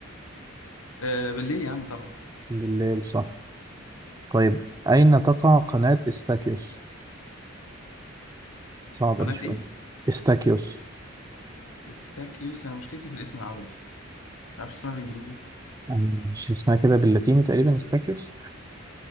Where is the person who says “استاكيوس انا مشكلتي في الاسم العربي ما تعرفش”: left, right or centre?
Left